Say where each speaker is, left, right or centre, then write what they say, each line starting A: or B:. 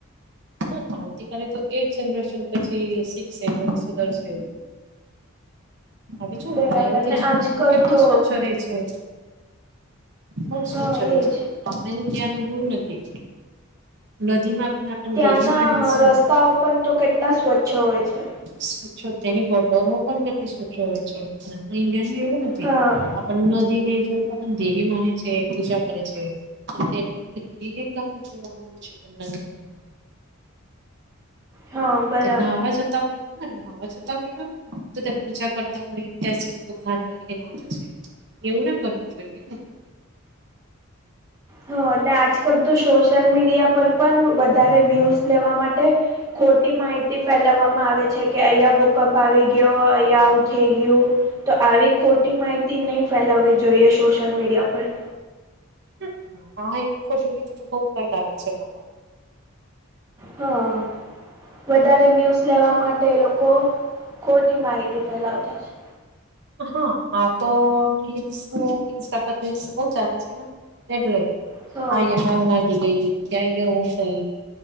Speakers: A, on the right (about 55°); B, on the right (about 15°).
A: હ આવતીકાલે તો એ જ જનરેશન પછી શીખશે પછી સુધરશે. હ જો
B: બરાબર
A: બાહેરા દેશમાં
B: ને આજકાલ
A: કેટલું
B: તો
A: સ્વચ્છ રહેે છે. બઉ
B: હા
A: સ્વચ્છ રહે
B: એજ
A: છે આપણા ઇન્ડિયામાં એવું નથી નદીમાં પણ આપણને
B: ત્યાંના
A: દેવી માને છે
B: રસ્તાઓ પણ તો કેટલા સ્વચ્છ હોય છે.
A: સ્વચ્છો તેની ગટરો પણ કેટલી સ્વચ્છો હોય છે આપ ઇન્ડિયામાં એવું ના
B: હા.
A: પણ નદીને જો દેવી માને છે પૂજા કરે છે. તેના માટે કેટ છે. પણ.
B: હા બરાબર
A: જેના નાવા જતા હોય. હા નહાવા જતા હોય ને તો ત્યાં પૂજા કરતા હોય ત્યાં સુધી તો ઘાન નાખીને આવતા છે. એવું ના કરવું જોઈએ ને.
B: હા અને આજ કલ તો સોશલ મીડિયા પર પણ વધારે વ્યુઝ. લેવા માટે ખોટી માહિતી ફેલાવવામાં આવે છે કે અહીયા ભૂકંપ આવી ગ ક અહિયાં આવુ થઈ ગયું. તો આવી ખોટી માહિતી નહી ફેલાવવી જોઈએ સોશિયલ મીડિયા પર.
A: <inaudible>
B: હા વધારે વ્યુઝ લેવા માટે લોકો. ખોટી માહિતી ફેલાવતા છે.
A: હા હા તો રીલ્સ ઇન્સ્ટા પર રીલ્સ બોહ ચાલે છે ને. એટલે
B: છે હા
A: આ આગ લાગી ગઈ ક્યાં ગયા હું થઈ.